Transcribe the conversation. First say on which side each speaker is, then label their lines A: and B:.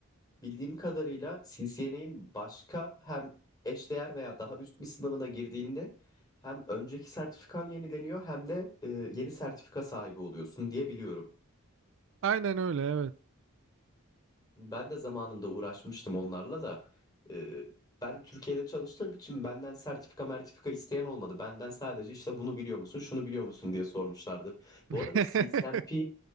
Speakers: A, on the left; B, on the right.
A: bildiğim kadarıyla CCNA'in başka hem eşdeğer veya daha üst bir sınavına girdiğinde hem önceki sertifikan yenileniyor hem de e, yeni sertifika sahibi oluyorsun diye biliyorum.
B: aynen öyle evet.
A: Ben de zamanında uğraşmıştım onlarla da. Ee, ben Türkiye'de çalıştığım için benden sertifika mertifika isteyen olmadı. Benden sadece işte bunu biliyor musun, şunu biliyor musun diye sormuşlardı. Bu
B: <laughs>
A: arada CCNP,